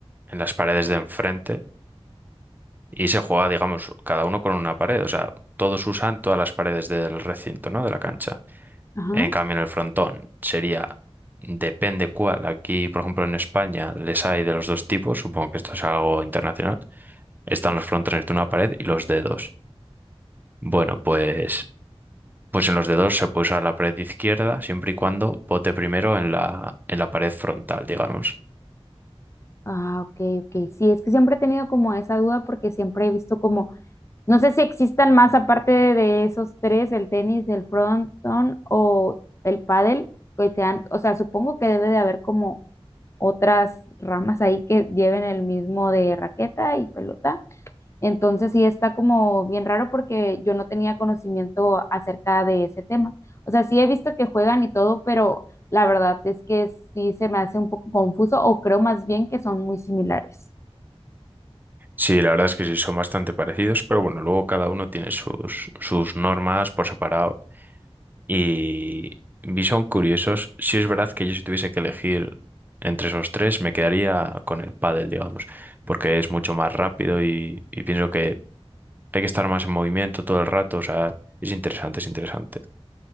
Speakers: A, on the right; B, on the left.
A: en las paredes de enfrente y se juega, digamos, cada uno con una pared. O sea, todos usan todas las paredes del recinto, ¿no? De la cancha.
B: Ajá.
A: En cambio, en el frontón sería, depende cuál. Aquí, por ejemplo, en España les hay de los dos tipos, supongo que esto es algo internacional. Están los frontones de una pared y los dedos. Bueno, pues, pues en los dedos se puede usar la pared izquierda siempre y cuando bote primero en la, en la pared frontal, digamos.
B: Ah, ok, ok. Sí, es que siempre he tenido como esa duda porque siempre he visto como No sé si existan más aparte de esos tres, el tenis, el frontón o el pádel, que sean, o sea, supongo que debe de haber como otras ramas ahí que lleven el mismo de raqueta y pelota. Entonces sí está como bien raro porque yo no tenía conocimiento acerca de ese tema. O sea, sí he visto que juegan y todo, pero la verdad es que sí se me hace un poco confuso o creo más bien que son muy similares.
A: Sí, la verdad es que sí, son bastante parecidos, pero bueno, luego cada uno tiene sus, sus normas por separado. Y Bison Curiosos, si es verdad que yo si tuviese que elegir entre esos tres, me quedaría con el pádel, digamos, porque es mucho más rápido y, y pienso que hay que estar más en movimiento todo el rato, o sea, es interesante, es interesante.